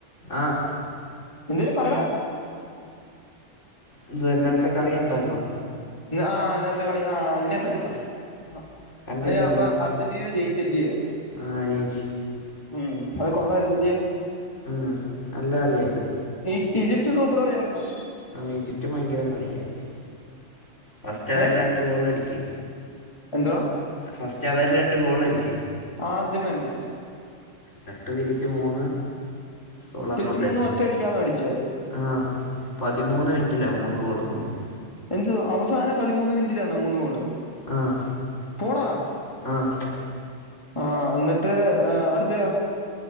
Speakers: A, on the left (about 70°); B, on the left (about 25°).
A: ആഹ്
B: എന്തേലും പറടാ
A: എന്തുവാ ഇന്നൽത്തെ കളി കണ്ടായിരുന്നോ
B: ആഹ്‌ ഇന്നൽത്തെ കളി ആ അതിനെ പറ്റി പറയാം അഹ്
A: കണ്ടില്ലല്ലോ
B: അളിയാ അപ്പൊ അർജന്റീന ജയിച്ചില്ലയോ
A: ആ ജയിച്ച്
B: ഉം അത് കൊള്ളായിരുന്ന്ല്ലയോ
A: ഉം നല്ല കളിയായിരുന്നു
B: ഈജ് ഈജിപ്റ്റ് സൂപ്പർ കളിയായിരുന്നോ
A: ആഹ്‌ ഈജിപ്റ്റും ഭയങ്കര കളിയായിരുന്നു ഫസ്റ്റവര്
B: ഏ
A: രണ്ട് ഗോളടിച്ച്.
B: എന്തുവാ
A: ഫസ്റ്റവര് രണ്ട് ഗോളടിച്ച്
B: ആദ്യമെന്നെ
A: തട്ട് തിരിച്ച് മൂന്ന് ഗോളങ്ങോട്ടടിച്ച്
B: തിരിച്ച് മൂന്ന് ഒറ്റ അടിക്കാന്നോ അടിച്ചേ
A: ആഹ് പതിമൂന്ന് മിൻറ്റിലാ മൂന്ന് ഗോളും വന്നത്
B: എന്തു അവ സാന പതിമൂന്ന് മിൻറ്റിലാന്നോ മൂന്ന് ഗോള്
A: ആഹ്
B: പോടാ
A: ആഹ്
B: ആഹ് എന്നിട്ട് ഏഹ് അട്ത്തെയാ